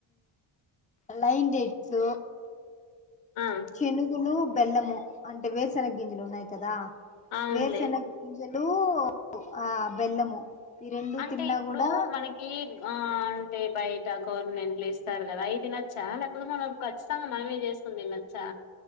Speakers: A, on the left; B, on the left.
A: లైన్ డేట్స్
B: ఆ
A: చెనుగులు బెల్లము అంటే వేరుసన గింజలు ఉన్నాయి కదా
B: అవునులే
A: వేరుసన గింజలు ఆ బెల్లము ఈ రెండు
B: అంటే
A: తిన్నా
B: ఇప్పుడు
A: కూడా
B: మనకి ఆ అంటే బయ ట గవర్నమెంట్లు ఇస్తారు కదా అయి తినచ్చ లేకపోతే. మనం ఖచ్చితంగా మనమే చేసుకొని తినచ్చా.